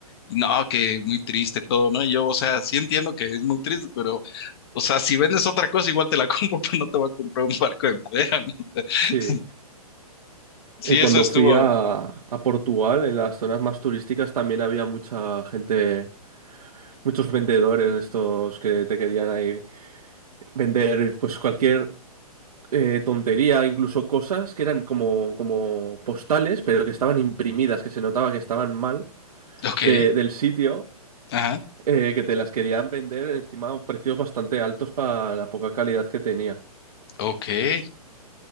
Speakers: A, on the left; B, on the right.
A: Y no, que muy triste todo, ¿no? Y yo, o sea, sí entiendo que es muy triste, pero, o sea, si vendes otra cosa, igual te la compro, <laughs> pero no te voy a comprar un barco de madera, ¿no? <laughs>
B: Sí,
A: Sí,
B: Eh, cuando
A: eso estuvo.
B: fui a, a Portugal, en las zonas más turísticas también había mucha gente, muchos vendedores de estos que te querían ahí vender pues cualquier eh, tontería, incluso cosas que eran como, como postales, pero que estaban imprimidas, que se notaba que estaban mal
A: Ok,
B: de- del sitio,
A: ajá,
B: eh, que te las querían vender encima a precios bastante altos para la poca calidad que tenía.
A: ok.